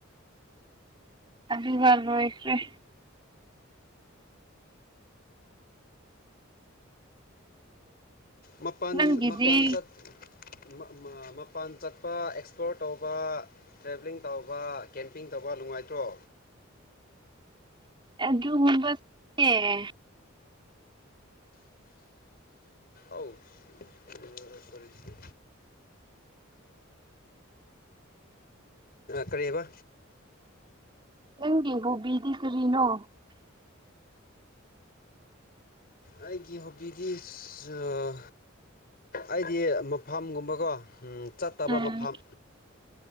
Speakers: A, on the right; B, on the left.
A: ꯑꯗꯨꯒ ꯂꯣꯢꯈꯔ꯭ꯦ
B: ꯃꯄꯥꯟ
A: ꯅꯪꯒꯤꯗꯤ
B: ꯃꯄꯥꯟ ꯆꯠ ꯃ ꯃ ꯃꯄꯥꯟ ꯆꯠꯄ ꯑꯦꯛꯁꯄ꯭ꯂꯣꯔ ꯇꯧꯕ ꯇ꯭ꯔꯦꯚ꯭ꯂꯤꯡ ꯇꯧꯕ ꯀꯦꯝꯄꯤꯡ ꯇꯧꯕ ꯅꯨꯡꯉꯥꯏꯇ꯭ꯔꯣ
A: ꯑꯗꯨꯒꯨꯝ ꯑꯦ
B: ꯑꯥꯎ ꯁꯤꯔ ꯆꯁꯤ ꯀꯔꯤꯕ
A: ꯅꯪꯒꯤ ꯍꯣꯕꯤꯗꯤ ꯀꯔꯤꯅꯣ
B: ꯑꯩꯒꯤ ꯍꯣꯕꯤ ꯏꯁ ꯑꯥ ꯑꯩꯗꯤ ꯃꯐꯝꯒꯨꯝꯕꯀꯣ ꯆꯠꯇꯕ
A: ꯎꯝ
B: ꯃꯐꯝ